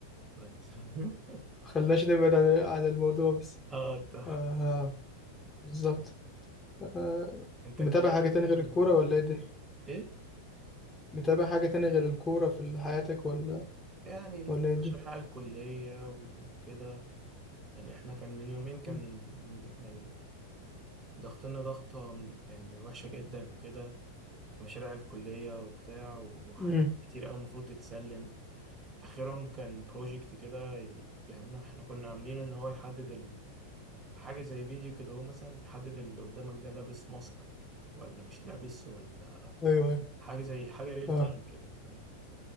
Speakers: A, on the right; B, on the left.
A: كويس <laughs>
B: خلناش نبعد عن عن الموضوع بس
A: اه طب
B: آه بالظبط آه
A: انت
B: متابع
A: الكلية
B: حاجه
A: طب
B: تاني
A: ايه
B: غير
A: م-
B: الكوره ولا ايه الدنيا
A: ايه
B: متابع حاجه تاني غير الكوره في حياتك ولا
A: يعني المشاريع
B: ولا ايه الدنيا
A: الكلية وكده يعني احنا كان من يومين كان
B: أمم.
A: يعني ضغطنا ضغطة يعني وحشة جدا وكده في مشاريع الكلية وبتاع وحاجات
B: أمم.
A: كتير أوي المفروض تتسلم آخرهم كان بروجكت كده ي- يعني أنا- احنا كنا عاملين إن هو يحدد حاجة زي فيديو كده هو مثلا تحدد اللي قدامك ده لابس ماسك ولا مش لابس ولا
B: ايوه أيوة.
A: حاجة زي حاجة ريل
B: اه
A: تايم كده ف